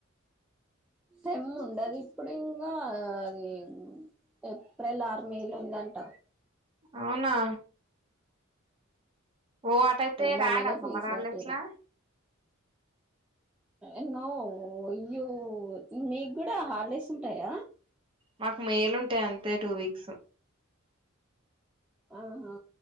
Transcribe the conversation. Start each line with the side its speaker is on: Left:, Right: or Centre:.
Centre: సెమ్ ఉండది ఇప్పుడు అది ఏప్రిల్ ఆరు మే లొ ఉందంట
Right: అవునా ఓ అట్టయితే
Centre: మొన్ననే
Right: రాడా సమ్మర్
Centre: ఫీజు
Right: హాలిడేస్
Centre: కట్టిరు
Right: లా
Centre: న్నో ఇయ్యో మీ కూడా హాలిడేస్ ఉంటాయా
Right: మాకు మేయిలు ఉంటాయి అంతే టూ వీక్స్
Centre: ఆహా